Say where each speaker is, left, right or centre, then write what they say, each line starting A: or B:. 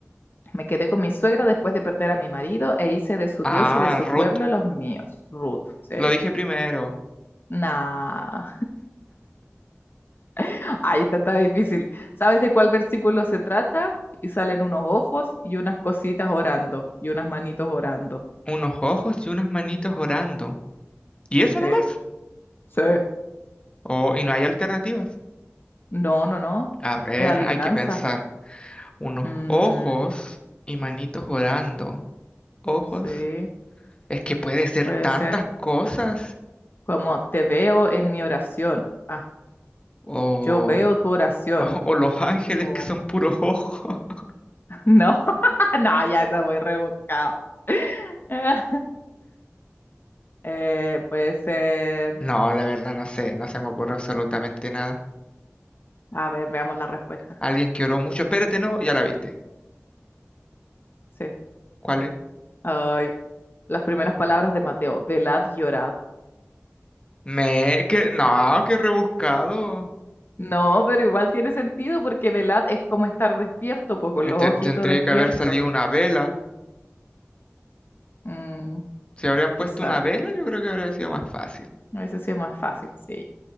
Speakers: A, on the left; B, on the left.
A: Me quedé con mi suegra después de perder a mi marido e hice de su
B: Ah,
A: Dios y de su
B: Ruth,
A: pueblo los míos. Ruth. Sí.
B: lo dije
A: po.
B: primero.
A: Nah. <laughs> Ahí está, está difícil. ¿Sabes de cuál versículo se trata? Y salen unos ojos y unas cositas orando y unas manitos orando.
B: Unos ojos y unas manitos orando. ¿Y eso
A: Sí.
B: nomás?
A: Sí.
B: Oh, y no hay alternativas.
A: No, no, no.
B: A ver,
A: Es adivinanza.
B: hay que pensar. Unos
A: Mm,
B: ojos y manitos orando. Ojos.
A: sí,
B: Es que puede ser
A: puede
B: tantas
A: ser.
B: cosas.
A: Como te veo en mi oración. Ah,
B: O,
A: yo veo tu oración.
B: <laughs> o, o los ángeles
A: O
B: que son puros ojos. <laughs>
A: No, <laughs> no, ya está muy rebuscado. <laughs> Eh, puede ser.
B: No, la verdad no sé, no se me ocurre absolutamente nada.
A: A ver, veamos la respuesta.
B: Alguien que oró mucho. Espérate, no, ya la viste.
A: Sí.
B: ¿Cuál es?
A: Ay, las primeras palabras de Mateo. Velad, y llorad.
B: Me... Que... No, qué rebuscado.
A: No, pero igual tiene sentido porque velad es como estar despierto, pues
B: Y
A: con los
B: te-
A: ojitos
B: tendría
A: despiertos.
B: que haber salido una vela.
A: Mm,
B: Si habrían puesto
A: quizá.
B: una vela, yo creo que habría sido más fácil.
A: A veces sí es más fácil, sí.